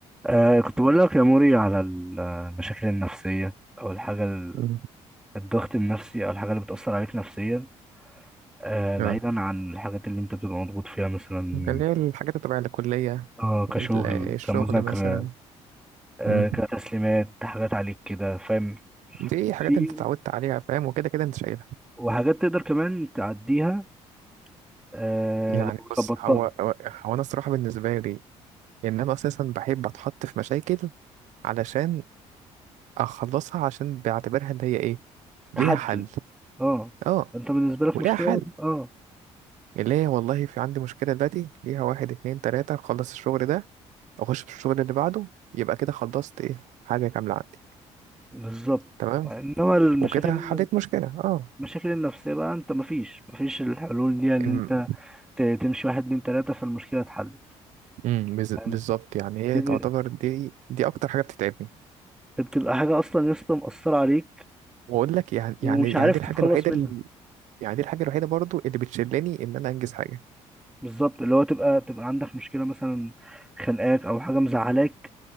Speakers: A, in the centre; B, on the right.
A: آه كنت بقول لك يا موري على المشاكل النفسية أو الحاجة ال-
B: مم.
A: الضغط النفسي أو الحاجة اللي بتأثر عليك نفسيا آه بعيدا
B: اه
A: عن الحاجات اللي أنت بتبقى مضغوط فيها مثلا
B: اللي هي الحاجات اللي تبع الكلية
A: آه كشغل
B: ال- الشغل
A: كمذاكرة
B: مثلا
A: آه
B: مم.
A: كتسليمات حاجات عليك كده فاهم
B: دي حاجات
A: في
B: انت اتعودت عليها فاهم وكده كده انت شايلها
A: وحاجات تقدر كمان تعديها آه
B: يعني
A: لو
B: بص
A: ظبطتها
B: هو هو هو انا الصراحة بالنسبة لي ان انا اساسا بحب اتحط في مشاكل علشان اخلصها عشان بعتبرها اللي هي ايه ليها
A: تحدي
B: حل
A: اه
B: اه
A: أنت بالنسبة لك
B: وليها
A: مشكلة
B: حل
A: بس. اه
B: اللي هي والله في عندي مشكلة دلوقتي ليها واحد اتنين تلاتة اخلص الشغل ده اخش في الشغل اللي بعده يبقى كده خلصت ايه حاجة كاملة عندي
A: بالظبط
B: تمام
A: انما المشاكل
B: وكده حليت مشكلة اه
A: المشاكل النفسيه بقى انت مفيش مفيش الحلول دي ان
B: الم-
A: انت ت- تمشي واحد اتنين تلاتة فالمشكلة اتحلت
B: امم بز-
A: يعني
B: بالظبط يعني هي
A: تبقى
B: تعتبر دي دي اكتر حاجة بتتعبني
A: بتبقى حاجة أصلا يا اسطى مأثرة عليك
B: واقول لك يعني
A: ومش
B: يعني يعني
A: عارف
B: دي
A: تتخلص
B: الحاجة الوحيدة
A: منها
B: اللي يعني دي الحاجة الوحيدة برضو اللي بتشلني ان انا انجز حاجة
A: بالظبط اللي هو تبقى تبقى عندك مشكلة مثلا خانقاك أو حاجة مزعلاك